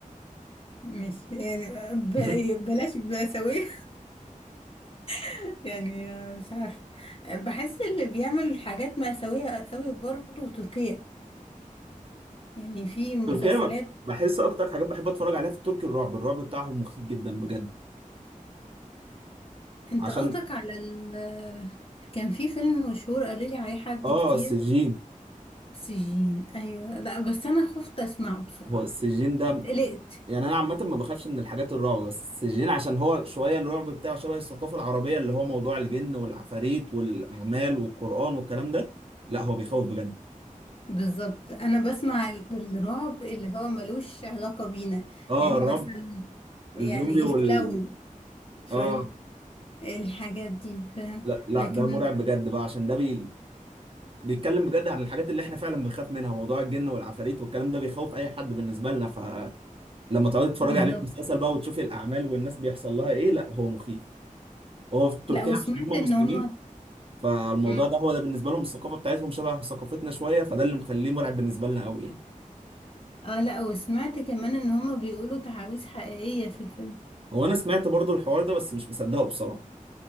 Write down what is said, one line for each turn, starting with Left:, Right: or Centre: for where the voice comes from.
Left: مش يعني ب-
Right: <laughs>
Left: بلاش مأساوية <laughs> يعني مش عارفة بحس اللي بيعمل حاجات مأساوية قوي برضه تركيا يعني في مسلسلات
Right: تركيا ب- بحس اكتر حاجات بحب اتفرج عليها في التركي الرعب الرعب بتاعهم مخيف جدا بجد
Left: انت
Right: عشان
Left: قصدك على ال كان في فيلم مشهور قالوا لي عليه حد
Right: اه
Left: كتير
Right: السجين
Left: سجين ايوه لا بس انا خفت اسمعه بصراحة
Right: هو السجين ده
Left: قلقت
Right: يعني انا عامه ما بخافش من الحاجات الرعب بس السجين عشان هو شويه الرعب بتاعه شبه الثقافه العربيه اللي هو موضوع الجن والعفاريت والاعمال والقران والكلام ده لا هو بيخوف بجد
Left: بالظبط انا بسمع ال- الرعب اللي هو ملوش علاقة بينا
Right: اه
Left: يعني
Right: الرعب
Left: مثلا
Right: الزومبي
Left: يعني
Right: وال
Left: الكلاون فاهم
Right: اه
Left: الحاجات دي فاهم
Right: لا لا
Left: لكن
Right: ده مرعب بجد بقى عشان ده بي... بيتكلم بجد عن الحاجات اللي احنا فعلا بنخاف منها موضوع الجن والعفاريت والكلام ده بيخوف اي حد بالنسبه لنا فلما تقعدي تتفرجي
Left: بالظبط
Right: عليه في مسلسل بقى وتشوفي الاعمال والناس بيحصل لها ايه لا هو مخيف وهو في تركيا
Left: لا وسمعت
Right: عشان هم
Left: ان
Right: مسلمين
Left: هما
Right: فالموضوع
Left: مم.
Right: ده هو ده بالنسبه لهم الثقافه بتاعتهم شبه ثقافتنا شويه فده اللي مخليه مرعب بالنسبه لنا قوي يعني
Left: اه لا وسمعت كمان ان هما بيقولوا تعاويذ حقيقية في الفيلم
Right: هو انا سمعت برضو الحوار ده بس مش مصدقه بصراحه